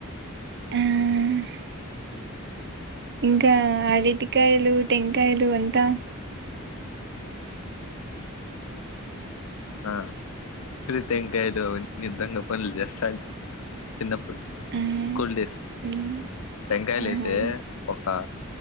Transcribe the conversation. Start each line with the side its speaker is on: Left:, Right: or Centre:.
Right: ఆహ్ ఇంకా ఆరెటికాయలు, టెంకాయలు అంతా
Left: అ టెంకాయలు అవ్న్ని దొంగ పనులు జేస్తా అంటే చిన్నప్
Right: ఆ
Left: స్కూల్ డేస్
Right: మ్మ్
Left: టెంకాయలైతే
Right: ఆహా
Left: ఒక